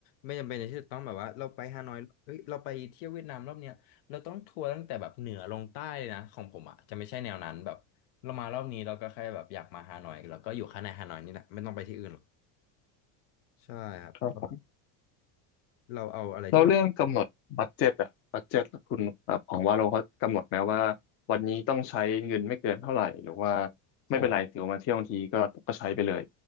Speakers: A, on the left; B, on the left.
A: ไม่จำเป็นที่จะต้องแบบว่าเราไปฮานอยเฮ้ยเราไปเที่ยวเวียดนามรอบเนี้ยเราต้องทัวร์ตั้งแต่แบบเหนือลงใต้เลยนะของผมอ่ะจะไม่ใช่แนวนั้นแบบเรามารอบนี้เราก็แค่แบบอยากมาฮานอยเราก็อยู่แค่ในฮานอยนี่แหละไม่ต้องไปที่อื่นหรอกใช่ครับเพราะ
B: ับ
A: เราเอาอะไรที่แบบ
B: แล้วเรื่องกำหนดบัดเจ็ตอะบัดเจ็ตคุณแบบของว่าเราเขากำหนดไหมว่าวันนี้ต้องใช้เงินไม่เกินเท่าไหร่หรือว่า
A: โห
B: ไม่เป็นไรถือว่ามาเที่ยวทั้งทีก็ก็ใช้ไปเลย